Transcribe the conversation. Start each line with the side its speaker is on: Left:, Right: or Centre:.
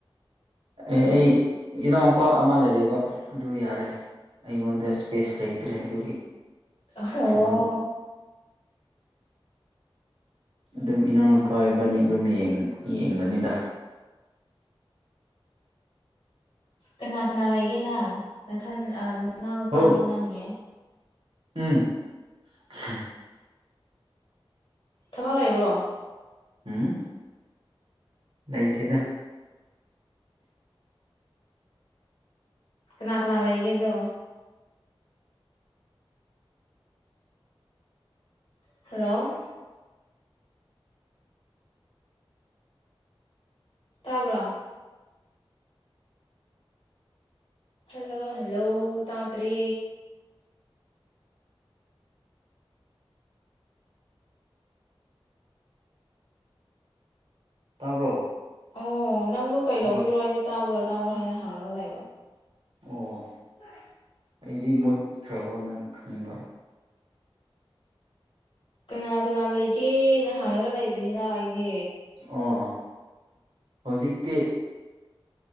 Right: ꯑꯦ ꯑꯩ ꯏꯅꯥꯎꯄꯥ ꯑꯃ ꯂꯩꯔꯦꯕ ꯑꯗꯨ ꯌꯥꯔꯦ ꯑꯩꯉꯣꯟꯗ ꯏꯁ꯭ꯄꯦꯁ ꯂꯩꯇ꯭ꯔꯦ ꯑꯗꯨꯒꯤ
Left: ꯑꯍꯣ
Right: ꯐꯣꯟ ꯑꯗꯨꯝ ꯏꯅꯥꯎꯅꯨꯄꯥ ꯏꯕꯥꯅꯤ ꯑꯗꯨꯝ ꯌꯦꯡ ꯌꯦꯡꯕꯅꯤꯗ
Left: ꯀꯅꯥ ꯀꯅꯥ ꯂꯩꯒꯦ ꯅꯪ ꯅꯊꯟ ꯑꯥ ꯅꯅꯥꯎꯅꯨꯄꯥꯅꯦ
Right: ꯍꯧ
Left: ꯅꯪꯅꯦ
Right: ꯎꯝ <inaudible>
Left: ꯊꯕꯛ ꯂꯩꯕ꯭ꯔꯣ
Right: ꯎꯝ ꯂꯩꯇꯦꯗ
Left: ꯀꯅꯥ ꯀꯅꯥ ꯂꯩꯒꯦ ꯑꯗꯣ ꯍꯜꯂꯣ ꯇꯥꯕ꯭ꯔꯥ ꯍꯜꯂꯣ ꯍꯜꯂꯣ ꯇꯥꯗ꯭ꯔꯦ
Right: ꯇꯥꯕ꯭ꯔꯣ
Left: ꯑꯣ ꯅꯪꯗꯣ ꯀꯩꯗꯧꯕꯒꯤꯔꯣ
Right: ꯑꯥ
Left: ꯑꯩꯗꯤ ꯇꯥꯕ꯭ꯔꯣ ꯇꯥꯕ꯭ꯔꯣ ꯍꯥꯏꯅ ꯍꯥꯡꯉꯒ ꯂꯩꯕ
Right: ꯑꯣ
Left: <inaudible>
Right: ꯑꯩꯗꯤ ꯃꯨꯠꯈ꯭ꯔꯕꯣꯅ ꯈꯟꯕ
Left: ꯀꯅꯥ ꯀꯅꯥ ꯂꯩꯒꯦꯅ ꯍꯪꯉꯒ ꯂꯩꯕꯅꯤꯅ ꯑꯩꯗꯤ
Right: ꯑꯣ ꯍꯧꯖꯤꯛꯇꯤ